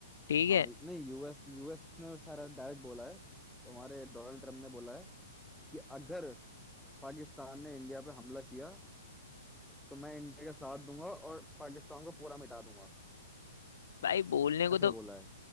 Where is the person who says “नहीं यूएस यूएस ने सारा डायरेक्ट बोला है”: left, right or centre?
Centre